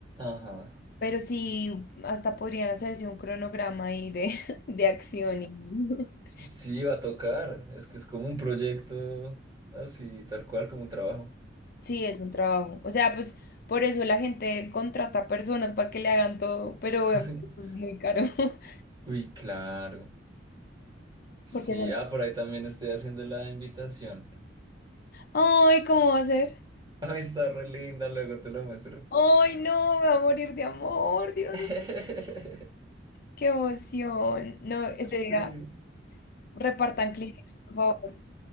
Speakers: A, on the right (about 20°); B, on the left (about 50°).
A: Ajá.
B: pero sí, hasta podrían hacerse un cronograma ahí de, <laughs> de acción. y- <laughs>
A: Sí, va a tocar. Es que es como un proyecto así, tal cual, como un trabajo.
B: Sí, es un trabajo. O sea, pues por eso la gente contrata personas para que le hagan todo, pero
A: <laughs>
B: obviamente es muy caro. <laughs>
A: Uy, claro. Sí,
B: Porque
A: ah, por ahí también estoy haciendo la invitación.
B: Ay, ¿cómo va a ser?
A: <laughs> Ay, está re linda, luego te lo muestro.
B: Ay, no, me va a morir de amor, Dios.
A: <laughs>
B: mío. Qué emoción. No, ese
A: Sí.
B: día repartan Kleenex, por favor.